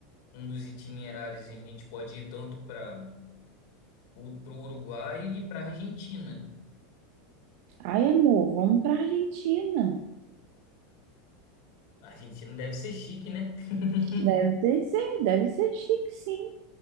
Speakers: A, on the left; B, on the right.
A: um dos itinerários que a gente pode ir tanto para o pro Uruguai e para a Argentina.
B: Ai, amor, vamos para Argentina.
A: A Argentina deve ser chique, né? <laughs>
B: Deve ter ser, deve ser chique, sim.